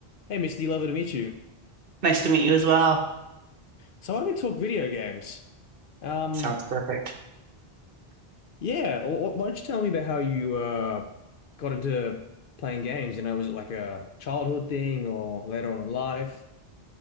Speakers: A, on the left; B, on the right.
A: Hey, Mr. D, lovely to meet you.
B: Nice to meet you as well.
A: So, why don't we talk video games? Um,
B: Sounds perfect.
A: yeah, wh- why don't you tell me about how you uh got into playing games? You know, was it like a childhood thing or later on in life?